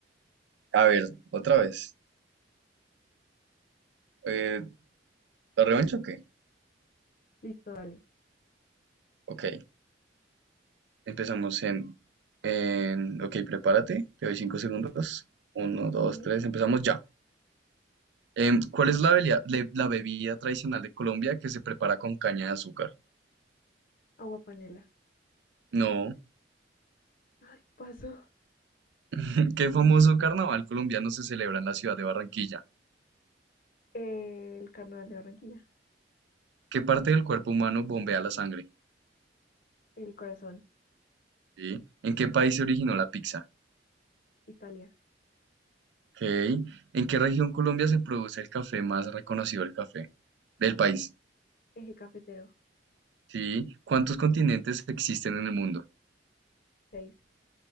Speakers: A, on the right (about 70°); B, on the left (about 50°).
A: A ver, otra vez. Eh, ¿la revancha o qué?
B: Listo, dale.
A: Ok, empezamos en, en... Ok, prepárate, te doy cinco segundos. Uno, dos,
B: Ujú.
A: tres, empezamos ya. Em, ¿cuál es la belia- le- la bebida tradicional de Colombia que se prepara con caña de azúcar?
B: Agua panela.
A: No.
B: Ay, paso.
A: <laughs> ¿Qué famoso carnaval colombiano se celebra en la ciudad de Barranquilla?
B: El carnaval de Barranquilla.
A: ¿Qué parte del cuerpo humano bombea la sangre?
B: El corazón.
A: ¿Sí? ¿En qué país se originó la pizza?
B: Italia.
A: Ok. ¿En qué región Colombia se produce el café más reconocido el café del país?
B: Eje cafetero.
A: ¿Sí? ¿Cuántos continentes existen en el mundo?
B: Seis.